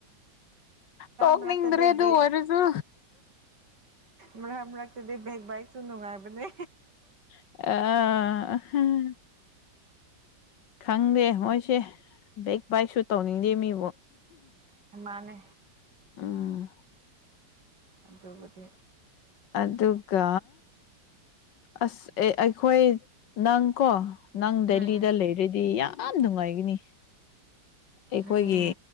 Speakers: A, on the left (about 70°); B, on the right (about 60°).
A: ꯇ‌ꯣꯛꯅꯤꯡꯗ꯭ꯔꯦ
B: ꯃꯔꯛꯇꯗꯤ
A: ꯑꯗꯨ
B: ꯕꯦꯛ
A: ꯑꯣꯏꯔꯁꯨ
B: ꯃꯔꯛ ꯃꯔꯛ ꯇꯗꯤ ꯕ‌ꯦꯛ ꯕꯥꯏꯛꯁꯨ ꯅꯨꯡꯉꯥꯏꯕꯅꯦ
A: <unintelligible> ꯈꯪꯗꯦ ꯃꯣꯏꯁꯦ ꯕꯦꯛ ꯕꯥꯏꯛꯁꯨ ꯇꯧꯅꯤꯡꯗꯦ ꯃꯤꯕꯨ
B: ꯑ ꯃꯥꯅꯦ꯫
A: ꯎꯝ꯫
B: ꯑꯗꯨꯕꯨꯗꯤ
A: ꯑꯗꯨꯒ ꯑꯁ ꯑꯦ ꯑꯩꯈꯣꯏ ꯅꯪꯀꯣ ꯅꯪ ꯗꯦꯂꯤꯗ
B: ꯎꯝ
A: ꯂꯩꯔꯗꯤ ꯌꯥꯝ ꯅꯨꯡꯉꯥꯏꯒꯅꯤ ꯑꯩꯈꯣꯏꯒꯤ
B: ꯎꯝ